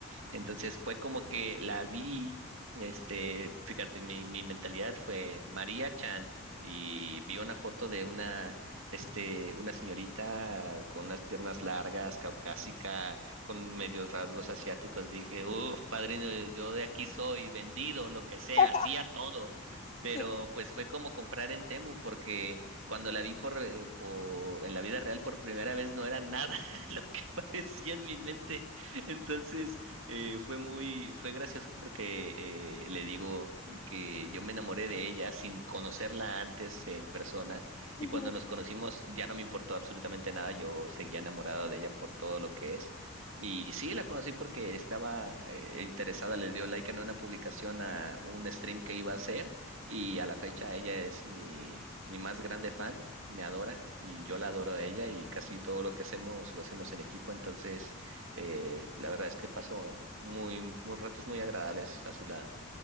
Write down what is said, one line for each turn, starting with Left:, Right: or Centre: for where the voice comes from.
Right: Entonces fue como que la vi, este, fíjate, mi, mi mentalidad fue María Chan y vi una foto de una, este, una señorita con unas piernas largas, caucásica, con medios rasgos asiáticos. Dije, uff, padrino, yo de aquí soy, vendido, lo que sea,
Left: <laughs>
Right: hacía todo. Pero
Left: Sí.
Right: pues fue como comprar en Temu porque... Cuando la vi por, eh, por, en la vida real por primera vez no era nada <laughs> lo que parecía en mi mente. Entonces, eh, fue muy, fue gracioso porque eh, le digo que yo me enamoré de ella sin conocerla antes en persona y
Left: Ujú.
Right: cuando nos conocimos ya no me importó absolutamente nada, yo seguía enamorado de ella por todo lo que es. Y sí, la conocí porque estaba eh, interesada, le dio like en una publicación a un stream que iba a hacer y a la fecha ella es mi, mi más grande fan, me adora y yo la adoro a ella y casi todo lo que hacemos lo hacemos en equipo, entonces... Eh, la verdad es que pasó muy, muy ratos muy agradables a su lado.